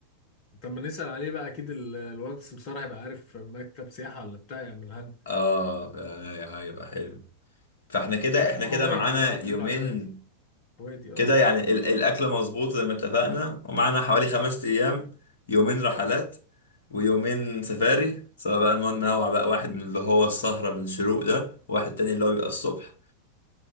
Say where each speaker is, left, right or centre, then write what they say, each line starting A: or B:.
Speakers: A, on the left; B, on the left.
A: طب ما نسال عليه بقى اكيد ال- الواد السمسار هيبقى عارف مكتب سياحه ولا بتاع يعملها لنا
B: اه ف- هيبقى حلو فاحنا كده
A: اسمه
B: احنا كده
A: اه وادي
B: معانا
A: اه بيقولوا
B: يومين
A: عليه وادي وادي اه
B: كده يعني ال- الاكل مظبوط زي ما اتفقنا ومعانا حوالي خمس ايام يومين رحلات ويومين سفاري سواء بقى ننوع بقى واحد من اللي هو السهرة بالشروق ده واحد تاني اللي هو بيبقى الصبح